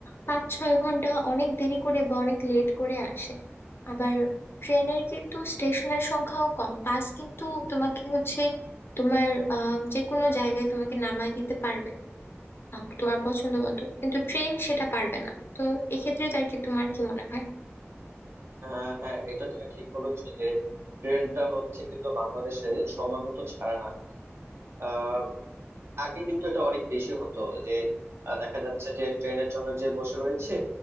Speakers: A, on the left (about 55°); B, on the right (about 60°).
A: পাঁচ ছয় ঘন্টা অনেক দেরি করে বা অনেক লেট করে আসে আবার ট্রেনের কিন্তু স্টেশনের সংখ্যাও কম বাস কিন্তু তোমাকে হচ্ছে তোমার আহ যে কোনো জায়গায় তোমাকে নামায় দিতে পারবে আপ- তোমার পছন্দ মতো কিন্তু ট্রেন সেটা পারবে না তো এক্ষেত্রে আর কি তোমার কি মনে হয়
B: হ্যাঁ হ্যাঁ এটা তুমি ঠিক বলেছো যে ট্রেনটা হচ্ছে কিন্তু বাংলাদেশে সময় মতো ছাড়ে না আহ, আগে কিন্তু এটা অনেক বেশি হতো যে আহ, দেখা যাচ্ছে যে ট্রেনের জন্য যে বসে রয়েছে